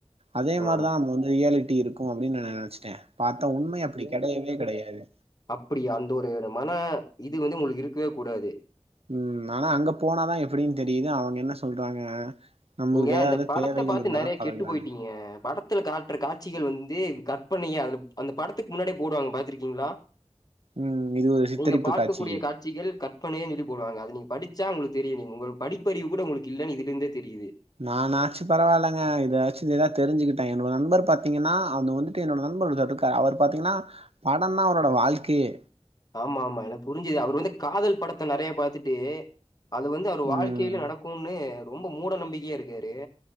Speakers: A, on the right (about 65°); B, on the left (about 35°).
A: அதே
B: ஆ
A: மாரிதா நம்ம வந்து ரியாலிட்டி இருக்கு அப்டின்னு நெனச்சுட்டே பாத்தா உண்மையா அப்டி கெடயவே கெடயாது
B: அப்டியா அந்த ஒரு மன இது வந்து உங்களுக்கு இருக்கவே கூடாது
A: உம் ஆனா அங்க போனாதா எப்டின்னு தெரியுது அவுங்க என்ன சொல்றாங்க நம்மளுக்கு
B: நீங்க
A: ஏதாவது
B: அந்த படத்த
A: தேவைகள்
B: பாத்து
A: இருந்தாதா
B: நெறய
A: பழகுறாங்க
B: கெட்டு போயிட்டீங்க படத்ல காட்ற காட்சிகள் வந்து கற்பனையே அதுல அந்த படத்துக்கு முன்னாடியே போடுவாங்க பாத்துருக்கீங்ளா
A: ம் இது ஒரு சித்தரிப்பு
B: நீங்க பார்க்க
A: காட்சி
B: கூடிய காட்சிகள் கற்பனையே அப்டினு போடுவாங்க அது நீ படிச்சா உங்களுக்கு தெரியும் நீங்க உங்க படிப்பறிவு கூட உங்களுக்கு இல்லன்னு இதுலேந்தே தெரியுது
A: நானாச்சு பரவாயில்லங்க இதாச்சு எதா தெரிஞ்சுக்கிட்டே என்னோட நண்பர் பாத்தீங்கனா அவுங்க வந்துட்டு என்னோட நண்பர் இருக்காரு அவர் பாத்தீங்கனா பட தா அவரோட வாழ்க்கையே
B: ஆமா ஆமா எனக்கு புரிஞ்சுது அவர் வந்து காதல் படத்த நெறயா பாத்துட்டு அது வந்து அவர் வாழ்க்கையிலே
A: ம்
B: நடக்கும்னு ரொம்ப மூட நம்பிக்கையா இருக்காரு